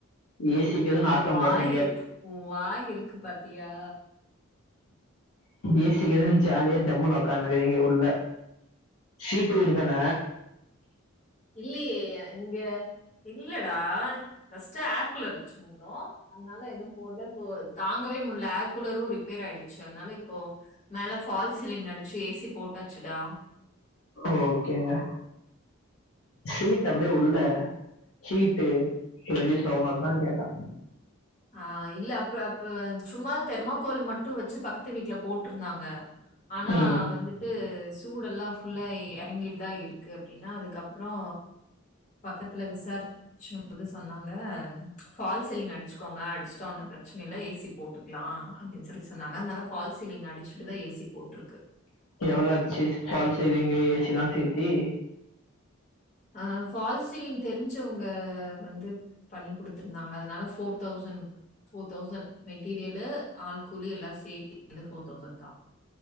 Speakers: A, on the left; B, on the left.
A: ஏசிக்கு எதுன்னு
B: ஓன்
A: ஆட்டம்
B: வாயி
A: போடுறீங்க
B: ஓன் வாயி இருக்கு பாத்தியா
A: ஏ சி இருக்குதுனு நல்லா ஜாலியா ஜம்முனு ஒக்காந்துக்கிறீங்க உள்ள ஷீட்டு வீடு தான
B: இல்லையே இங்க இல்லடா ஃபர்ஸ்ட்டு ஏர் குலர் வச்சு ந்தோ அதனால எது போட்ல இப்போ தாங்கவே முடில்ல ஏர் கூலரு ரிப்பேர் ஆயிடுச்சு அதனால இப்போ மேல ஃபால் சீலிங் அடிச்சி ஏ சி போட்டாச்சுடா
A: ஓகேங்க ஷீட் அப்டியே உள்ள ஷீட்டு ரெடியூஸ் அவ்ளோதா கேட்டான்
B: ஆ இல்ல அப்பு அப்பு சும்மா தெர்மாக்கோல் மட்டு வச்சு பக்கத்து வீட்டுல போட்டுருந்தாங்க ஆனா
A: ம்
B: வந்துட்டு சூடெல்லா ஃபுல்லாகி எறங்கிட்டுதா இருக்கு அப்டினா அதுக்கப்புறோ பக்கத்துல விசாரிச்ச போது சொன்னாங்க பால் சிலிங் அடிச்ச கோங்க அடிச்சுட்டா ஒன்னு பிரச்சனை இல்ல ஏ சி போட்டுக் லா அப்டினு சொல்லி சொன்னாங்க அதனால பால்சீலிங் அடிச்சுட்டுதா ஏசி போட்டுருக்கு
A: எவ்ளோ ஆச்சு பால்சீலிங் ஏ சி எல்லா சேர்த்தி
B: அ பால்சீலிங் தெரிஞ்சவுங்க வந்து பண்ணி குடுத்துருந்தாங்க அதனால four thousand four thousand material all கூலி எல்லா சேர்த்தி வந்து ஃபோர் தௌசண்ட் தா